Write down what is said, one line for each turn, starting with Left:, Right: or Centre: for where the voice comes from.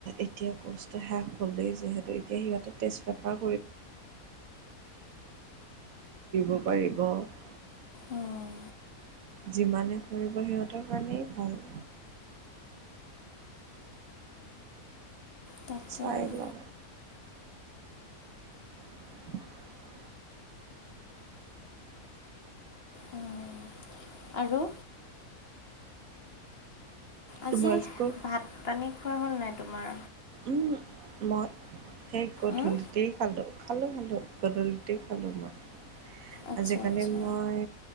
Right: এতিয়া কৰ্চটো শেষ হ'লেই যিহেতু এতিয়া সিহঁতেৰ তেজ পেপাৰ কৰিব <unintelligible>
Left: উম,
Right: যিমানে কৰিব সিহঁতৰ কাৰণেই ভাল
Left: তাকেহে
Right: চাইলওঁ <unintelligible>
Left: উম, আৰু আজি
Right: তোমালোকৰ
Left: ভাত পানী খোৱা হ'ল নাই তোমাৰ
Right: ও মত সেই গধূলিতে
Left: উম,
Right: খালো খালো খালো গধূলিতেই খালো মই
Left: আচ্ছা
Right: আজিকালি
Left: আচ্ছা
Right: মই